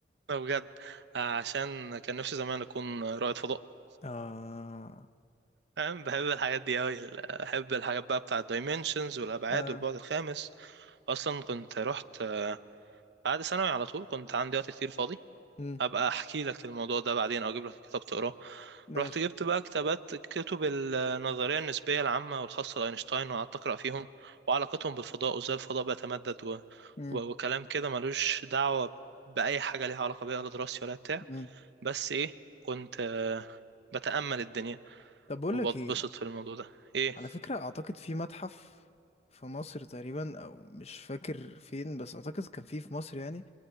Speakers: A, on the right (about 75°); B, on the left (about 35°).
A: ده بجد آه، عشان كان نفسي زمان اكون رائد فضاء
B: اه
A: فاهم بحب الحاجات دي أوي ال- بحب الحاجات بقى بتاع الدايمنشنز والأبعاد
B: اه
A: والبعد الخامس أصلا كنت رحت آه، بعد ثانوي على طول كنت عندي وقت كتير فاضي
B: مم.
A: أبقى أحكي لك الموضوع ده بعدين أو أجيب لك كتاب تقراه
B: ماشي
A: رحت جبت بقى كتابات كتب النظرية النسبية العامة والخاصة لأينشتاين وقعدت أقرأ فيهم وعلاقتهم بالفضاء وإزاي الفضاء بيتمدد و...
B: مم.
A: و... وكلام كده ملوش دعوة بأي حاجة ليها علاقة بيها لا دراستي ولا بتاع
B: مم.
A: بس إيه كنت آه، بتأمل الدنيا
B: طب بقول
A: وبتبسط
B: لك ايه
A: في الموضوع ده إيه
B: على فكرة اعتقد في متحف في مصر تقريبا او مش فاكر فين بس اعتقد كان فيه في مصر يعني